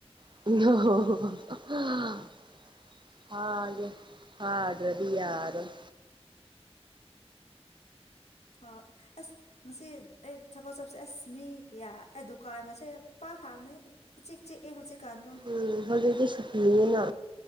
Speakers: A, on the right; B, on the left.
A: ꯫ <unintelligible> ꯐꯥꯏꯒ‌ꯦ ꯐꯗꯔꯗꯤ ꯌꯥꯔꫭꯏ
B: ꯐꯥ ꯑꯁ꯫ ꯉꯁꯤ ꯑꯩ ꯊꯕꯛ ꯆꯞꯁꯦ ꯑꯁ ꯃꯤ ꯀꯌꯥ ꯑꯩ ꯗꯨꯀꯥꯟꯒꯁꯦ ꯄꯥꯛ ꯍꯥꯡꯅꯩ꯫ ꯏꯆꯤꯛ ꯆꯦꯛꯑ ꯍꯧꯖꯤꯛ ꯀꯥꯟꯗꯣ
A: ꯎꯝ ꯍꯧꯖꯤꯛꯇꯤ ꯁꯨꯇꯤꯅꯤꯅ